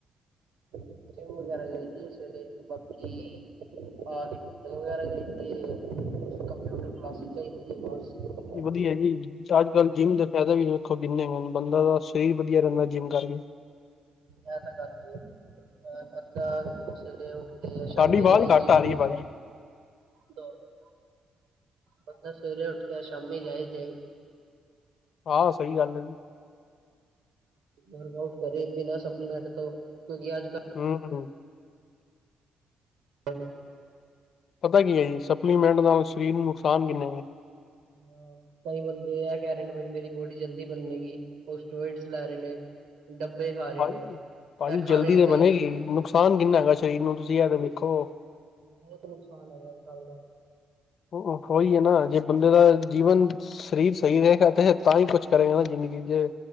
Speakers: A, on the right (about 80°); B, on the left (about 60°).
A: <inaudible> <inaudible>
B: ਵਧੀਆ ਜੀ ਅੱਜ ਕੱਲ ਜਿੰਮ ਦਾ ਫਾਇਦਾ ਵੀ ਦੇਖੋ ਕਿਨੇ ਹੋਣ ਬੰਦਾ ਦਾ ਸਰੀਰ ਵਧੀਆ ਰਹਿੰਦਾ ਜਿੰਮ ਕਰਕੇ
A: <inaudible> ਸ਼ਾਮੀ
B: ਤੁਹਾਡੀ ਆਵਾਜ਼
A: ਜਾਏ
B: ਘੱਟ
A: ਜਿੰਮ
B: ਆ ਰਹੀ ਐ ਭਾਜੀ
A: ਦੋ ਮਿੰਟ ਬੰਦਾ ਸਵੇਰੇ ਉੱਠ ਕੇ ਸ਼ਾਮੀ ਜਾਏ ਜੇ
B: ਆ ਸਹੀ ਗੱਲ ਐ ਜੀ
A: ਵਰਕ ਆਊਟ ਕਰੇ ਬਿਨਾਂ ਸਪਲੀਮੈਂਟ ਤੋਂ ਕਿਉਂਕਿ ਆਜ ਕੱਲ
B: ਹੂੰ
A: <unintelligible>
B: ਪਤੈ ਕੀ ਏ ਜੀ ਸਪਲੀਮੈਂਟ ਨਾਲ ਸਰੀਰ ਨੂੰ ਨੁਕਸਾਨ ਕਿੰਨੇ ਨੇ।
A: ਹਾਂ ਕਈ ਬੰਦੇ ਐ ਕੈ ਰਏ ਨੇ ਬਈ ਮੇਰੀ ਬੋਡੀ ਜਲਦੀ ਬੰਨੇਗੀ। ਓ ਸਟੀਰਿਓਇਡਸ ਲੈ ਰੇ ਨੇ, ਡੱਬੇ ਖਾ ਰੇ
B: ਭਾਜੀ
A: ਨੇ।
B: ਭਾਜੀ
A: ਐ ਖਾਣੇ
B: ਜਲਦੀ
A: ਨੀ
B: ਤੇ
A: ਚਾਈਦੇ।
B: ਬਣੇਗੀ ਨੁਕਸਾਨ ਕਿੰਨਾ ਹੈਗੈ ਸ਼ਰੀਰ ਨੂੰ ਤੁਸੀ ਐ ਤੇ ਵੇਖੋ।
A: ਬੋਤ ਨੁਕਸਾਨ ਹੈਗੈ ਇਸ ਗੱਲ ਦਾ।
B: ਓ ਹੋ ਈ ਏ ਨਾ ਜੇ ਬੰਦੇ ਦਾ ਜੀਵਨ ਸਰੀਰ ਸਈ ਰਏਗਾ ਤੇਹ ਤਾਂਈ ਕੁੱਛ ਕਰੇਗਾ ਨਾ ਜਿੰਦਗੀ ਜੇ